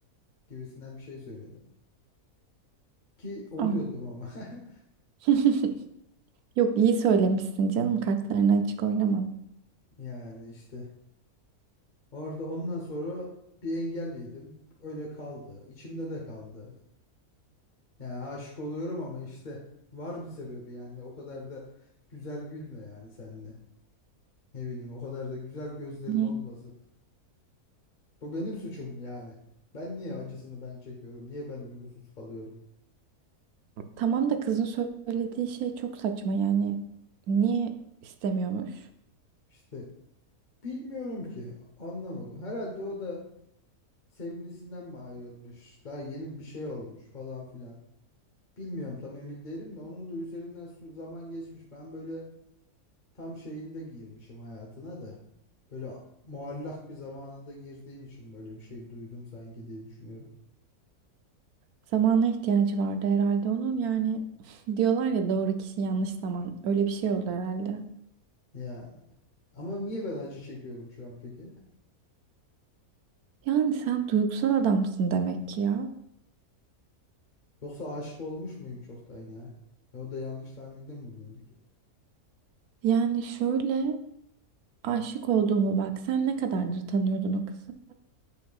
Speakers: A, on the left; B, on the right.
A: gibisinden bir şey söyledim. Ki oluyordum
B: Allah.
A: ama. <laughs>
B: <laughs> Yok iyi söylemişsin canım. Kartlarını açık oynamam.
A: Yani işte orada ondan sonra bir engel yedim. Öyle kaldı. İçimde de kaldı. Yani aşık oluyorum ama işte var bir sebebi yani o kadar da güzel gülme yani senle. Ne bileyim o kadar da güzel gözlerin
B: Yani
A: olmasın. Bu benim suçum mu yani? Ben niye acısını ben çekiyorum? Niye ben uykusuz kalıyorum?
B: tamam da kızın söylediği şey çok saçma yani. Niye istemiyormuş?
A: İşte bilmiyorum ki anlamadım. Herhalde o da sevgilisinden mi ayrılmış? Daha yeni bir şey olmuş falan filan. Bilmiyorum tam emin değilim de onun da üzerinden sü- zaman geçmiş. Ben böyle tam şeyinde girmişim hayatına da. Böyle muallak bir zamanında girdiğim için böyle bir şey duydum sanki diye düşünüyorum.
B: Zamana ihtiyacı vardı herhalde onun. Yani <laughs> diyorlar ya doğru kişi yanlış zaman. Öyle bir şey oldu herhalde.
A: Ya ama niye ben acı çekiyorum şu an peki?
B: Yani sen duygusal adamsın demek ki ya.
A: Yoksa aşık olmuş muyum çoktan ya? E, o da yanlış tahminde mi bulundu ki?
B: Yani şöyle aşık olduğumu bak. Sen ne kadardır tanıyordun o kızı?